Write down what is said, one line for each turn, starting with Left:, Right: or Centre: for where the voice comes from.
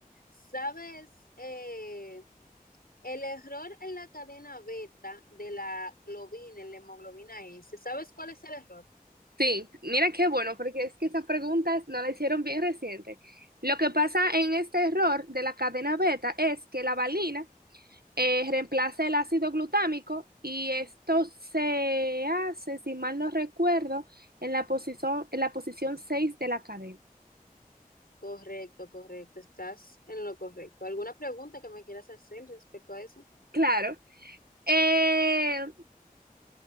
Left: ¿sabes? eh, el error en la cadena beta de la globina, en la hemoglobina S, ¿sabes cuál es el error?
Right: Sí, mira qué bueno, porque es que esas preguntas no la hicieron bien reciente. Lo que pasa en este error de la cadena beta es que la valina eh, reemplaza el ácido glutámico y esto se hace, si mal no recuerdo, en la posición, en la posición seis de la cadena.
Left: Correcto, correcto, estás en lo correcto. ¿Alguna pregunta que me quieras hacer respecto a eso?
Right: Claro, eh,